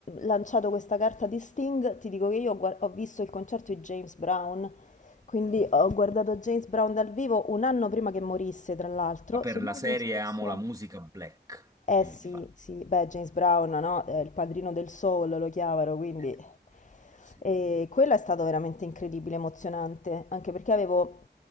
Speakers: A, on the left (about 45°); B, on the right (about 20°).
A: lanciato questa carta di Sting, ti dico che io ho, guar- ho visto il concerto di James Brown, quindi ho guardato James Brown dal vivo un anno prima che morisse, tra l'altro,
B: Ma per
A: se non
B: la serie
A: lo stesso
B: amo la
A: anno.
B: musica black,
A: Eh
B: infatti.
A: sì, sì, beh, James Brown, no? È il padrino del soul, lo chiamano, quindi...
B: Eh sì, sicuramente.
A: E quello è stato veramente incredibile, emozionante, anche perché avevo